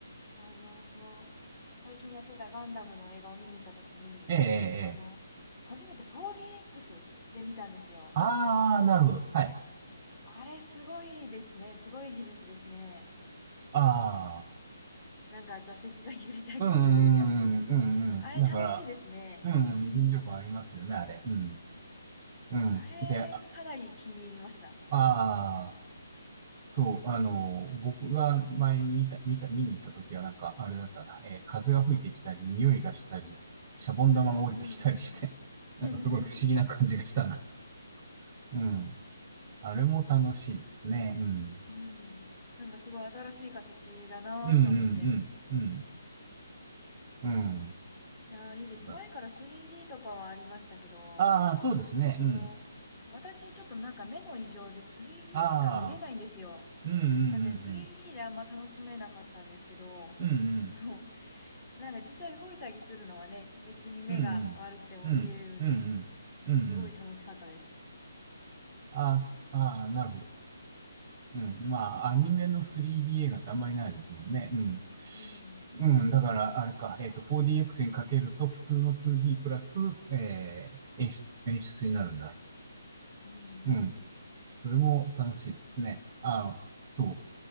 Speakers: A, on the left; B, on the right.
A: あの、その、最近やってたガンダムの映画を見に行ったときに、
B: えーえー
A: あの、
B: えー
A: 初めて 4DX で見たんですよ。
B: あー、なるほど。はい。
A: あれすごいですね。すごい技術ですね。
B: あー。
A: なんか座席が揺れたりするやつ。
B: うんうんうんうんうん。
A: あれ楽しいですね。
B: だから、うんうん、
A: うん
B: 臨場感ありますよね、あれ。うん。うん。
A: あれ、
B: で、あ
A: かなり気に入りました。
B: あー、そう、あの、僕が前に見た、見た、見に行った時はなんか、あれだったな、えー風が吹いてきたり、匂いがしたり、シャボン玉が降りてきたりして、
A: うんうん
B: <laughs> なんかすごい不思議な感じがしたな。
A: うん。<laughs>
B: うん。あれも楽しいですね。うん。
A: うん。なんかすごい新しい形だなぁと思って。
B: うんうんうん。うん。うん。
A: いやー、いいですね。
B: そうだ。
A: 前から 3D とかはありましたけど、
B: ああ、そうですね。
A: その、
B: うん。
A: 私ちょっとなんか目の異常で 3D
B: ああ、
A: が見れないんですよ。
B: うんうんうん
A: なんで 3D であんま楽しめなかったんですけど、
B: うん。うんうん。
A: その、<laughs> なんか実際動いたりするのはね、別に目が悪くても見れるんで、
B: うんうん。うん。うんうん。うんうん
A: すごい楽しかったです。
B: ああ、そああ、なるほど。うん。まあ、アニメの 3D 映画ってあんまりないですもんね。うん。
A: うん。
B: うん。だから、あれか、えっと、4DX にかけると普通の 2D プラス、えー、演出、演出になるんだ。
A: うんうん。
B: うん。それも楽しいですね。ああ、そ